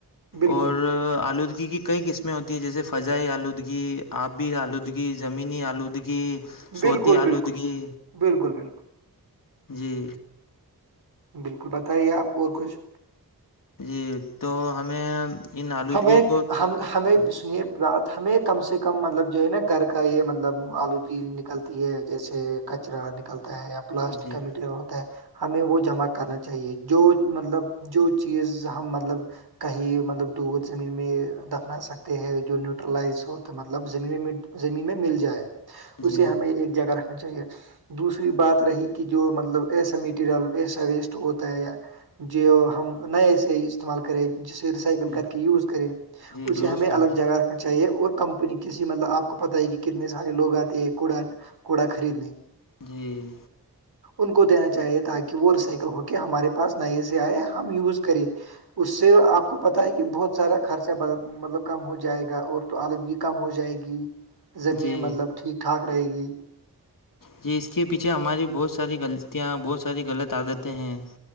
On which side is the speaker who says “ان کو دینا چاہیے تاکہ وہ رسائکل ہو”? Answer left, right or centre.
Right